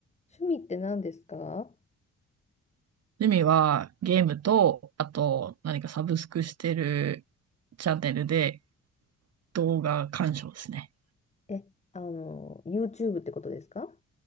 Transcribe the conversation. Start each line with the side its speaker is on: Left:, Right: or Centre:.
Left: 趣味って何ですか
Right: 趣味はゲームと、あと何かサブスクしてるチャンネルで動画鑑賞ですね。
Left: え、あの、YouTube ってことですか